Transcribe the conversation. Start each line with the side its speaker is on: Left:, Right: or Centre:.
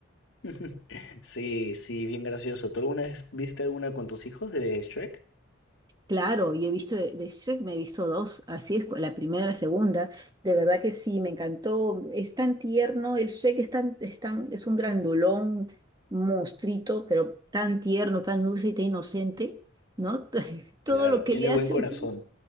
Left: <laughs> Sí, sí, bien gracioso. ¿Tú alguna vez viste una con tus hijos de Shrek?
Right: Claro, yo he visto de de Shrek, me he visto dos, así es, la primera y la segunda. De verdad que sí, me encantó. Es tan tierno, el Shrek es tan, es tan- es un grandulón, monstruito, pero tan tierno, tan dulce y tan inocente, ¿no? <laughs> Todo
Left: Claro,
Right: lo que
Left: tiene
Right: le hace
Left: buen corazón.
Right: es